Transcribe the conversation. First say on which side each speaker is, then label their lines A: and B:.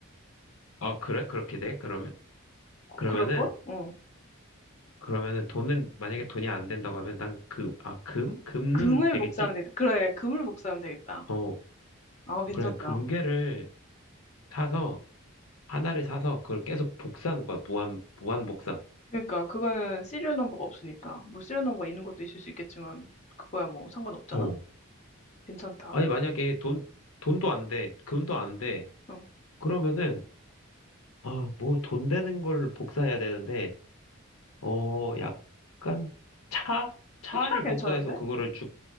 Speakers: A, on the left; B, on the left.
A: 아, 그래? 그렇게 돼? 그러면?
B: 그-
A: 그러면은,
B: 그럴걸? 어.
A: 그러면은 돈은, 만약에 돈이 안 된다고 하면 난 그, 아, 금? 금은
B: 금을
A: 되겠지?
B: 복사하면 되겠다. 그래, 금을 복사하면 되겠다.
A: 어,
B: 아, 괜찮다.
A: 그래. 금괴를 사서, 하나를 사서 그걸 계속 복사하는 거야. 무한, 무한 복사.
B: 그러니까, 그거는 시리얼 넘버가 없으니까. 뭐, 시리얼 넘버 있는 것도 있을 수 있겠지만, 그거야 뭐, 상관없잖아?
A: 어.
B: 괜찮다.
A: 아니, 만약에 돈, 돈도 안 돼. 금도
B: 음,
A: 안 돼.
B: 어.
A: 그러면은, 아, 뭐 돈 되는 걸 복사해야 되는데, 어, 약간 차? 차를
B: 근데 차 괜찮은데?
A: 복사해서 그거를 쭉